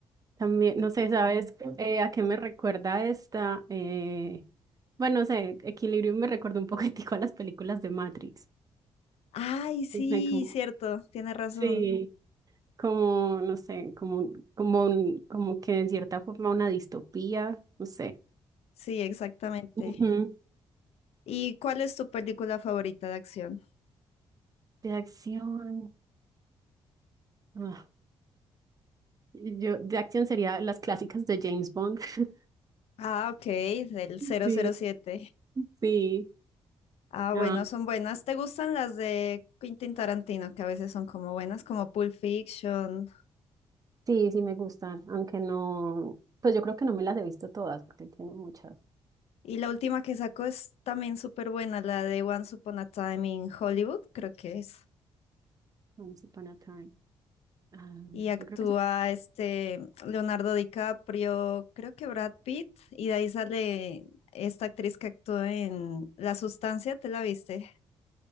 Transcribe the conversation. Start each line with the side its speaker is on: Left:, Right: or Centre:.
Right: También, no sé, ¿sabes eh, a qué me recuerda esta? Eh, bueno, no sé, Equilibrium me recuerda un poquitico a las películas de Matrix.
Left: Ay, sí,
Right: No sé, <laughs> como-
Left: cierto, tiene razón.
Right: Sí. como, no sé, como, como, un- como que en cierta forma una distopía, no sé.
Left: Sí, exactamente.
Right: Ujú.
Left: ¿Y cuál es tu película favorita de acción?
Right: De acción. ah, yo, de acción sería las clásicas de James Bond. <laughs>
Left: Ah, ok, del cero
Right: Sí,
Left: cero siete.
Right: sí.
Left: Ah,
Right: Ah,
Left: bueno, son buenas. ¿Te gustan las de Quentin Tarantino, que a veces son como buenas, como Pulp Fiction?
Right: sí, sí me gustan, aunque no, pues yo creo que no me las he visto todas, porque tiene muchas.
Left: Y la última que sacó es también súper buena, la de Once Upon a Time in Hollywood, creo que es.
Right: Once Upon a Time. Ah,
Left: Y actúa
Right: yo creo que esa-
Left: este Leonardo DiCaprio, creo que Brad Pitt, y de ahí sale esta actriz que actuó en La Sustancia, ¿te la viste?